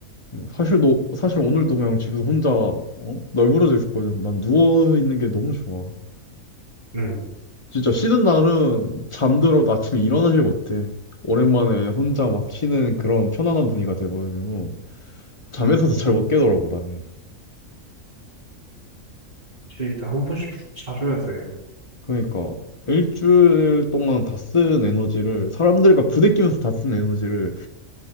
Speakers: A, on the left; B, on the right.
A: 음, 사실 너, 사실 오늘도 그냥 집에서 혼자 어? 널브러져 있었거든. 난 누워 있는 게 너무 좋아.
B: 음,
A: 진짜 쉬는 날은 잠들어도 아침에 일어나질 못해. 오랜만에 혼자 막 쉬는 그런 편안한 분위기가 돼버리고 잠에서도
B: 음,
A: 잘 못 깨더라고 나는.
B: 진짜 한 번씩 자줘야 돼,
A: 그러니까 일주일 동안 다 쓴 에너지를 사람들과 부대끼면서 다 쓴 에너지를